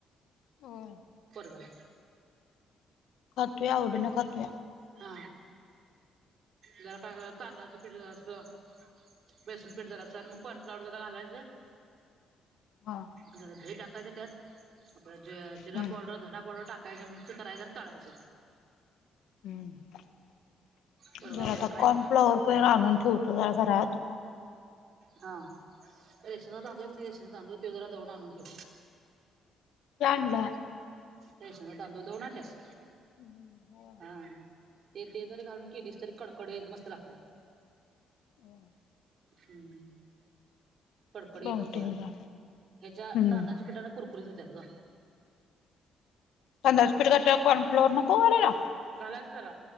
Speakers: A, on the left; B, on the right.
A: हो.
B: बोला.
A: खातोया आवडन खातोय.
B: हा जरा काय तांदळाचं पिठ जरा अस बेसन पीठ जरास आणि मग कॉर्न फ्लॉवर जरा घालायचं
A: हा.
B: जरा दही टाकायचं त्यात, आपल जिरा
A: हम्म
B: पावडर. धना पावडर टाकायचा मिक्स करायच आणि तळायचं.
A: हम्
B: पोरगं
A: जरा
B: आवडीनं
A: आता
B: खाईल
A: कॉर्नफ्लॉवर पण आणून ठेवतो जरा घरात.
B: हा रेशनचा तांदूळ हाय कनी, रेशनचा तांदूळ ते जरा दळून आणून ठेव.
A: ते आणलाय.
B: रेशनचा तांदूळ दळून आणल्यास,
A: हम्म होय.
B: हां हां. ते ते जरी घालून केलीस तरी कडकडीत मस्त लागतात.
A: <inaudible>
B: हम्म कडकडीत
A: बघतो
B: होत्या.
A: की जरा
B: हच्या
A: हम्म
B: तांदळाच्या पिटान कुरकुरीत होतात ग.
A: तांदळाच पीठ घातल्यावर, कॉर्नफ्लोर नको घालायला.
B: घालायचं जरा